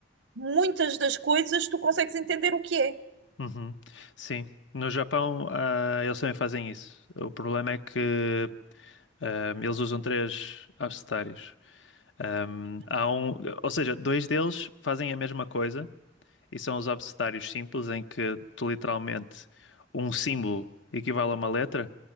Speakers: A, on the right (about 85°); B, on the left (about 85°).
A: muitas das coisas tu consegues entender o que é.
B: Uhum. Sim. No Japão, ah, eles também fazem isso. O problema é que ah, eles usam três abecedários. Ahm, há um, ou seja, dois deles fazem a mesma coisa e são os abecedários simples, em que tu literalmente um símbolo equivale a uma letra.